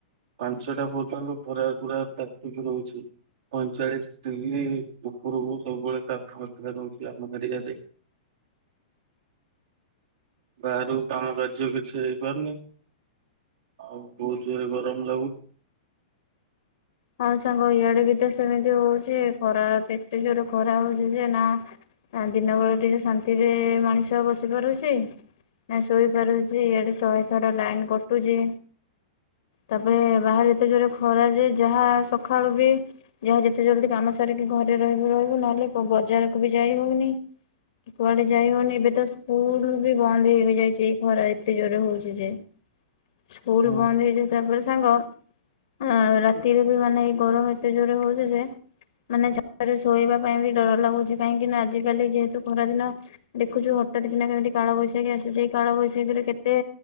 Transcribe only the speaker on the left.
ହଁ ସାଙ୍ଗ ଇଆଡେ ବି ତ ସେମିତି ହଉଛି ଖରା ଏତେ ଜୋର ଖରା ହଉଛି ଯେ ନା ନା ଦିନ ବେଳେ ଟିକେ ଶାନ୍ତିରେ ମଣିଷ ବସି ପାରୁଛି। ନା ଶୋଇପାରୁଛି ଏଆଡେ ଶହେ ଥର ଲାଇନ କଟୁଛି। ତାପରେ ବାହାରେ ଏତେ ଜୋର ଖରା ଯେ ଯାହା ସଖାଳୁ ବି ଯାହା ଯେତେ ଜଲ୍ଦି କାମ ସାରିକି ଘରେ ରହିବୁ ରହିବୁ ନହେଲେ ବଜାରକୁ ବି ଯାଇ ହଉନି। କୁଆଡେ ଯାଇ ହଉନି ଏବେ ତ ସ୍କୁଲ ବି ବନ୍ଦ ହେଇକି ଯାଇଛି ଏଇ ଖରା ଏତେ ଜୋରରେ ହଉଛି ଯେ।
ସ୍କୁଲ
ବନ୍ଦ ହେଇଯୋଉ ତାପରେ ସାଙ୍ଗ ଆଁ ରା ଦି ହେବି ମାନେ ଏଇ ଗରମ ଏତେ ଜୋରେ ହଉଛ ଯେ ମାନେ ଛାତ ରେ ଶୋଇବା ପାଇଁ ବି ଡର ଲାଗୁଛି କାହିଁକି ନା ଆଜିକାଲି ଯେହେତୁ ଖରାଦିନ ଦେଖୁଛୁ ହଠାତ କିନା କେମିତି କାଳବୈଶାଖୀ ଆସୁଛି ଏଇ କାଳବୈଶାଖୀରେ କେତେ